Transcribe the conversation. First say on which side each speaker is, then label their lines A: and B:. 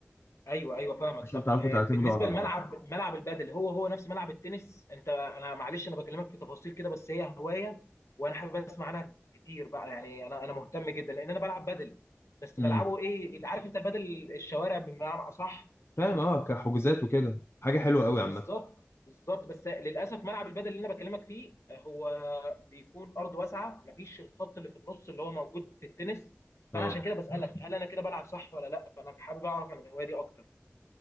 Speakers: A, on the left; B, on the left.
A: ايوه ايوه فاهمك
B: عشان
A: طب
B: تعرفوا
A: آه،
B: تعتمدوا
A: بالنسبه
B: على
A: لملعب
B: بعض
A: ملعب البادل هو هو نفس ملعب التنس انت انا معلش انا بكلمك في تفاصيل كده بس هي هوايه وانا حابب اسمع عنها كتير بقى يعني انا انا مهتم جدا لان انا بلعب بادل بس
B: امم
A: بلعبه ايه اللي عارف انت البادل الشوارع بمعنى اصح
B: فاهم اه كحجوزات وكده حاجة حلوة قوي
A: آه،
B: عامة
A: بالظبط بالظبط بس للاسف ملعب البدل اللي انا بكلمك فيه آه، هو بيكون ارض واسعه مفيش الخط اللي في النص اللي هو موجود في التنس
B: اه
A: فانا عشان كده بسالك هل انا كده بلعب صح ولا لا فانا حابب اعرف عن الهوايه دي اكتر